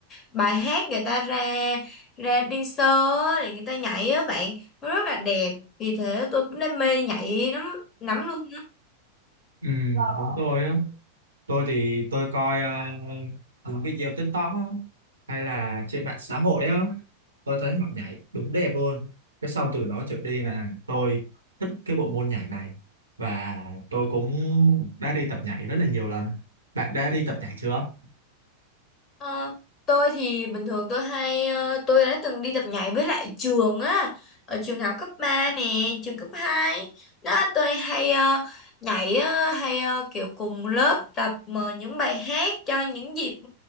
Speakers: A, on the left; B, on the right.
A: bài hát người ta ra ra dancer á, để người ta nhảy á bạn, nó rất là đẹp. Vì thế tôi cũng đam mê nhảy lắm, lắm luôn
B: ừ, đúng tôi á tôi thì tôi coi ờ, những video TikTok á hay là trên mạng xã hội á tôi thấy họ nhảy đúng đẹp luôn cái xong từ đó trở đi là tôi thích cái bộ môn nhảy này và tôi cũng đã đi tập nhảy rất là nhiều lần bạn đã đi tập nhảy chưa
A: Ờ, tôi thì bình thường tôi hay ờ, tôi đã từng đi tập nhảy với lại trường á ở trường học cấp 3 nè trường cấp 2 đó tôi hay ờ, nhảy ờ, hay ờ, kiểu cùng lớp tập ờ, những bài hát cho những dịp